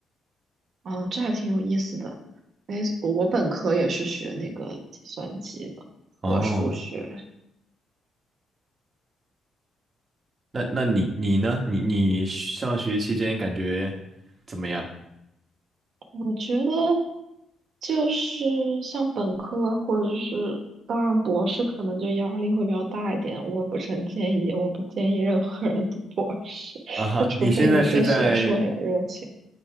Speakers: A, on the right; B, on the right.
A: 哦，这还挺有意思的。哎，我本科也是学那个计算机的和数学。
B: 哦。那那你你呢？你你上学期间感觉怎么样？
A: 我觉得就是像本科或者是，当然博士可能就压力会比较大一点。我不是很建议，我不建议任何人读博士，<laughs>
B: 啊哈，
A: 就除非你对学术很有热情。
B: 你现在是在